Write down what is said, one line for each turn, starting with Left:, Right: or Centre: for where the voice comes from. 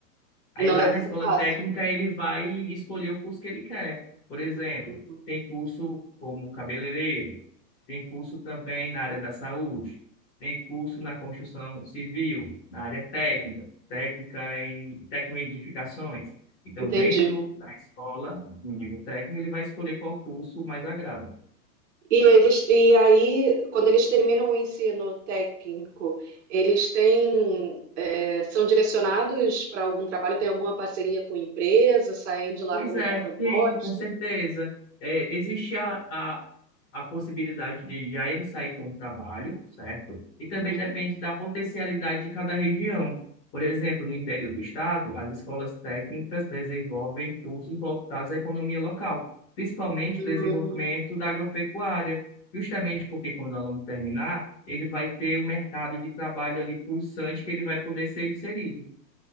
Left: Aí
Right: E não
Left: lá
Right: deve
Left: na
Right: ser
Left: escola
Right: fácil.
Left: técnica
Right: né?
Left: ele vai escolher o curso que ele quer. Por exemplo,
Right: Hum.
Left: tem curso como cabeleireiro, tem curso também na área da saúde, tem curso na construção civil, na área técnica, técnica em técnico em edificações. Então,
Right: Entendi.
Left: dentro da escola, no nível técnico, ele vai escolher qual curso mais agrada.
Right: E eles e aí, quando eles terminam o ensino técnico, eles têm é, são direcionados para algum trabalho, tem alguma parceria com empresa, saem de lá
Left: Pois
Right: com alguma
Left: é,
Right: proposta.
Left: tem, com certeza. É, existe a, a, a possibilidade de já ele sair com o trabalho, certo? E também
Right: Uhum.
Left: depende da potencialidade de cada região. Por exemplo, no interior do estado, as escolas técnicas desenvolvem cursos voltados à economia local, principalmente
Right: Uhum.
Left: o desenvolvimento da agropecuária, justamente porque quando o aluno terminar, ele vai ter um mercado de trabalho ali pulsante que ele vai poder ser inserido,